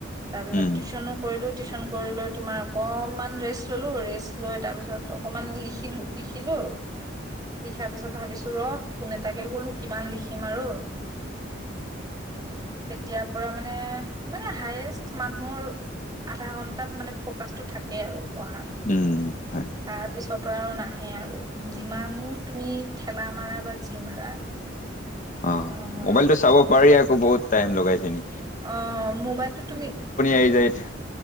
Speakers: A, on the right; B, on the left.
A: তাৰ পিছত
B: উম
A: টিউচনো কৰিলোঁ। টিউচন কৰি লৈ তোমাৰ অকণমান ৰেষ্ট ল'লোঁ। ৰেষ্ট লৈ, তাৰপিছত অকণমান লিখিলোঁ লি খিলোঁ লি তাৰ পিছত ভাবিছো ৰ' ফোন এটাকে কৰলো কিমান লিখিম আৰু। এতিয়াৰ পৰা মানে মানে হায়েষ্ট মানুহৰ আধা ঘন্টা মানে ফ'কাচটো থাকে আৰু। পঢ়া।
B: উম হয়
A: তাৰ পিছৰ পৰা আৰু নাই। সেই আৰু। যিমানো তুমি ঠেলা মাৰা বা কি মাৰা?
B: অ
A: অ'।
B: মোবাইলটো চাব পাৰি আকৌ বহুত টাইম লগাইছে নি?
A: অ', মোবাইলটো তুমি
B: আহি যায়